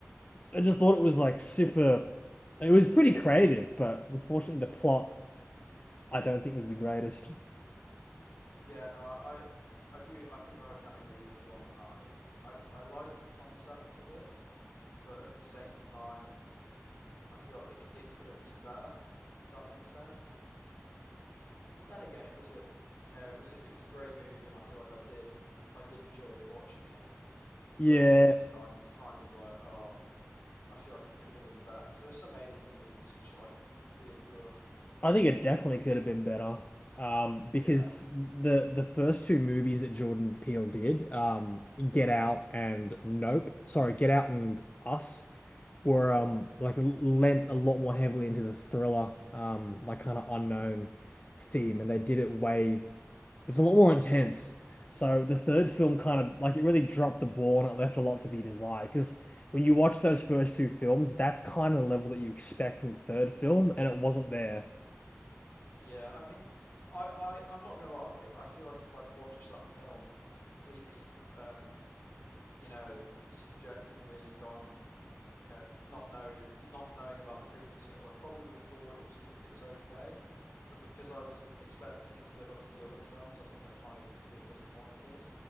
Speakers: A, on the left (about 30°); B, on the left (about 50°).
A: I just thought it was like super. It was pretty creative, but unfortunately, the plot I don't think was the greatest.
B: Yeah, no, I I, I do. I think I can agree with you on that. I mean, I I like the concept of it, but at the same time, I feel like they, c- it could have been better, if that makes sense. But then again, it was a you know it was a, it was a great movie, and I feel like I did I did enjoy watching it.
A: Yeah,
B: but at the same time, it's kind of like, oh, I feel like it could have been better because there are some Alien movies which are like really good.
A: I think it definitely
B: You,
A: could have been better. Um, because
B: Yeah,
A: the the first two movies that Jordan Peele did, um, Get Out and Nope, sorry, Get Out and Us, were um like lent a lot more heavily into the thriller, um, like kind of unknown theme, and they did it way It's a lot more intense. So the third
B: yeah,
A: film kind
B: definitely.
A: of like it really dropped the ball and it left a lot to be desired. Because when you watch those first two films, that's kind of the level that you expect from the third film, and it wasn't there.
B: Yeah, I mean, I, I, I'm not gonna lie. I feel like if I'd watched that film completely, um, you know, subjectively and gone, you know, not know, not knowing about the previous films, I probably would have thought it was pr- it was okay. But because I was expecting it to live up to the other films, I think I kind of was a bit disappointed.